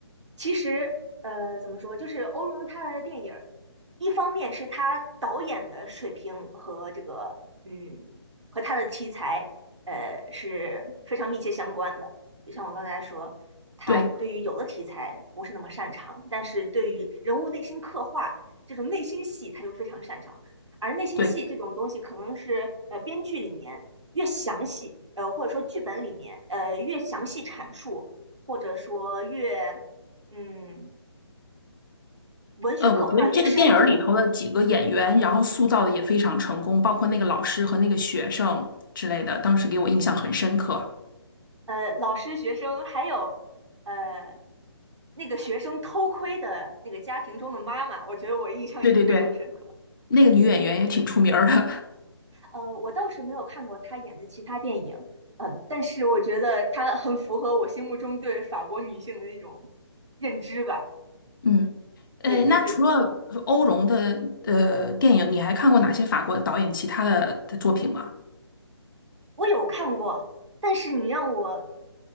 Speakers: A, on the right (about 85°); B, on the left (about 45°).
A: 其实，呃，怎么说，就是欧龙他的电影儿，一方面是他导演的水平和这个，嗯，和他的题材，呃，是非常密切相关的。就像我刚才说，他对于有的题材不是那么擅长，
B: 对
A: 但是对于人物内心刻画这种内心戏，他就非常擅长。而内心戏这种东西，
B: 对，
A: 可能是呃编剧里面越详细，呃或者说剧本里面呃越详细阐述，或者说越嗯，文学刻画得越深入，
B: 呃，我觉得这个电影儿里头的几个演员，然后塑造的也非常成功，包括那个老师和那个学生之类的，当时给我印象很深刻。
A: 呃，老师、学生还有呃那个学生偷窥的那个家庭中的妈妈，我觉得我印象也非常深刻。
B: 对对对，那个女演员也挺出名儿的。<laughs>
A: 呃，我倒是没有看过她演的其他电影，嗯，但是我觉得她很符合我心目中对法国女性的那种认知吧。
B: 嗯，呃，
A: 对，就是
B: 那除了欧荣的呃电影，你还看过哪些法国导演其他的的作品吗？
A: 我有看过，但是你让我